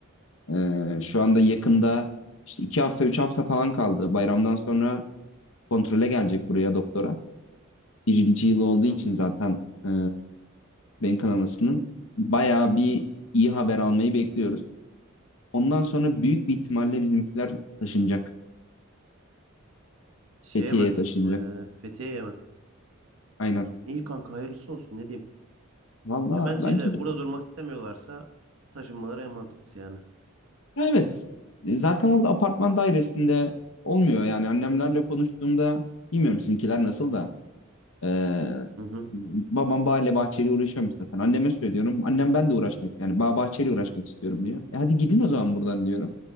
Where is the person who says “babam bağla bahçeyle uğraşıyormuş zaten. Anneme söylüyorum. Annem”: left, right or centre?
Left